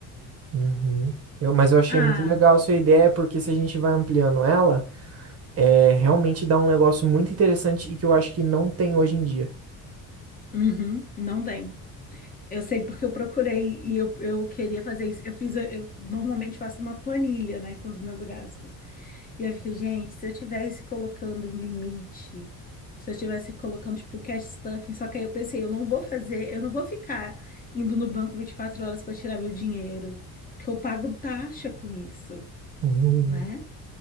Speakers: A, on the right (about 40°); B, on the left (about 25°).
A: uhum. Eu- mas eu achei
B: Ah,
A: muito legal a sua ideia, porque se a gente vai ampliando ela. É, realmente dá um negócio muito interessante e que eu acho que não tem hoje em dia.
B: uhum, não tem. Eu sei porque eu procurei e eu, eu queria fazer isso. Eu fiz, eu normalmente faço uma planilha, né, com os meus gastos. E eu fico, gente, se eu tivesse colocando um limite, se eu tivesse colocando, tipo, um cash stuffing, só que aí eu pensei, eu não vou fazer, eu não vou ficar indo no banco 24 horas para tirar meu dinheiro, porque eu pago taxa com isso,
A: Uhum,
B: né?